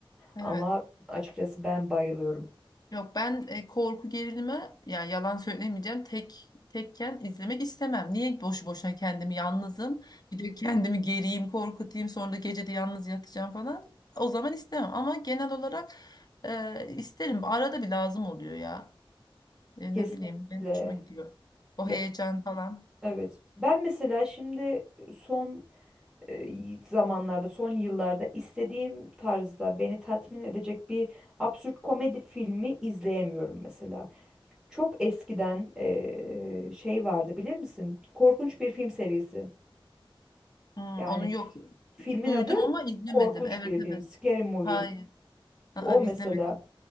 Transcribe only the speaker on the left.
Evet.
Yok ben e, korku gerilimi yani yalan söylemeyeceğim tek tekken izlemek istemem. Niye boşu boşuna kendimi yalnızım bir de kendimi geriyim korkutayım sonra da gece de yalnız yatacağım falan o zaman istemem. Ama genel olarak e, isterim arada bir lazım oluyor ya E,
ne bileyim benim hoşuma gidiyor o
heyecan falan
Hmm,
onu
yok
duydum
ama izlemedim
evet
evet
hayır Aa,
izlemedim.